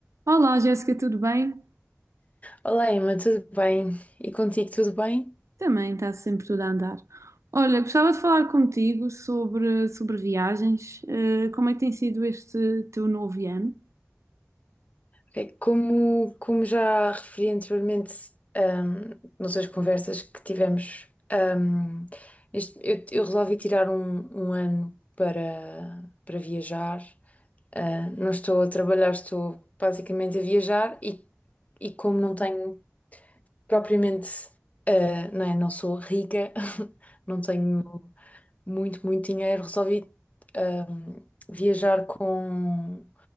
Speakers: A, on the right; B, on the left.
A: Olá, Jéssica, tudo bem?
B: Olá, Emma, tudo bem? E contigo, tudo bem?
A: Também está sempre tudo a andar. Olha, gostava de falar contigo sobre, sobre viagens. Eh, como é que tem sido este teu novo ano?
B: É, Como, como já referi anteriormente, ahm, nas outras conversas que tivemos, ahm, este- eu, eu resolvi tirar um, um ano para, para viajar. Ah, não estou a trabalhar, estou basicamente a viajar e, e como não tenho propriamente, ah, não é, não sou rica, <laughs> não tenho. muito, muito dinheiro. Resolvi ahm, viajar com,